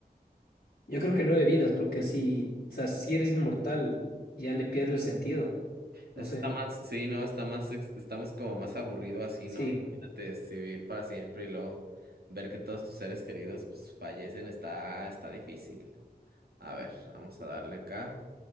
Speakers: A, on the left; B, on the right.
A: Yo creo que nueve vidas, porque si, o sea, si eres inmortal, ya le pierdo el sentido.
B: Eso
A: No sé.
B: está más, sí, no, está más, ex- estamos como más aburrido así,
A: Sí.
B: ¿no? Imagínate vivir para siempre y luego ver que todos tus seres queridos pues fallecen, está, está difícil. A ver, vamos a darle acá